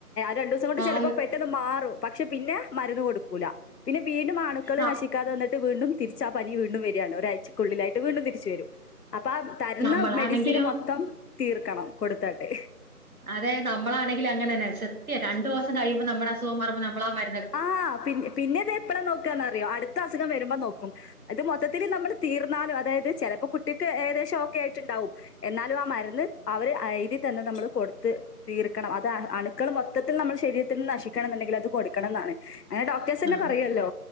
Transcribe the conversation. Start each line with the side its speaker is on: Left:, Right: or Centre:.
Left: രണ്ട് ദിവസം കൊണ്ട്
Right: ആന്ന്
Left: ചെലപ്പോ പെട്ടെ ത് മാറും പക്ഷെ പിന്നെ മരുന്ന് കൊടുക്കൂല പിന്നെ വീണ്ടും ആണുക്കള്
Right: ന
Left: നശി ക്കാതെ വന്നിട്ട് വീണ്ടും തിരിച്ച് ആഹ് പനി വീണ്ടും വെര്യാണ് ഒരാഴ്ചക്കുള്ളിലായിട്ട് വീണ്ടും തിരിച്ച് വെരും അപ്പ ആഹ് തര്ന്ന
Right: നമ്മളാണെങ്കിലും
Left: മെഡിസിന് മൊത്തം തീർക്കണം കൊടുത്താട്ട്
Right: അതെ നമ്മളാണെങ്കില് അങ്ങനെന്നെ. സത്യം രണ്ടു ദിവസം കഴിയുമ്പോ നമ്മുടെ അസുഖം മാറുമ്പോ നമ്മൾ ആഹ് മരു
Left: ആഹ് പിന്നെ ഇത് എപ്പളാ നോക്കാന്നറിയോ അടുത്ത അസുഖം വരുമ്പോ നോക്കും അത് മൊത്തത്തില് നമ്മള് തീർന്നാലും അതായത് ചെലപ്പോ കുട്ടിക്ക് ഏകദേശം ഒക്കെ ആയിട്ട് ഇണ്ടാവും എന്നാലും ആഹ് മരുന്ന് അവര് എഴുതി തന്നത് നമ്മള് കൊടുത്ത് തീർക്കണം അത് അണ്ക്കള് മൊത്തത്തിൽ നമ്മുടെ ശരീരത്തിൽ നശിക്കണം എന്നുണ്ടെങ്കിൽ അത് കൊടുക്കണംന്നാണ്. അങ്ങനെ ഡോക്ടേഴ്സ് തന്നെ
Right: ആ
Left: പറയല്ലോ?